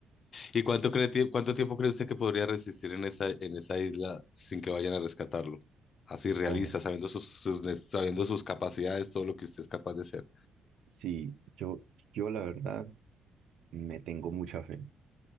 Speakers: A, on the left; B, on the right.
A: ¿Y cuánto cree, tie- cuánto tiempo cree usted que podría resistir en esa, en esa isla sin que vayan a rescatarlo? Así realista,
B: Bueno.
A: sabiendo sus, sus ne- sabiendo sus capacidades, todo lo que usted es capaz de hacer.
B: Sí, yo, yo la verdad me tengo mucha fe.